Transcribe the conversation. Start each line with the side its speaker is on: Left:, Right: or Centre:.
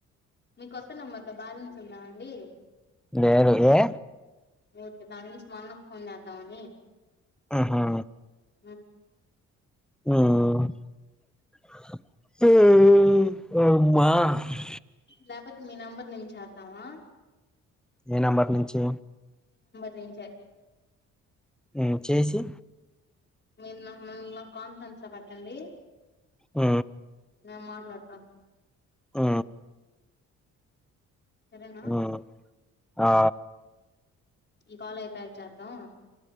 Left: మీ కొత్త నెంబర్ లో బ్యాలెన్స్ ఉందా అండి
Centre: లేేను ఏ
Left: ఓకే దాని నుంచి మా అన్నకు ఫోన్ చేద్దాం అని
Centre: ఆహా
Left: హుమ్
Centre: <unintelligible>
Left: లేకపోతే మీ నెంబర్ నుంచి చేద్దామా
Centre: ఏ నంబర్ నుంచి
Left: దీనికే
Centre: ఊమ్ చేసి
Left: మీరు నన్ను కాన్ఫరెన్స్ లో పెట్టండి
Centre: ఊ
Left: నేను మాట్లాడతాను
Centre: ఊ
Left: సరేనా
Centre: ఊ ఆ
Left: ఈ కాల్ అయిపోయాక చేద్దాం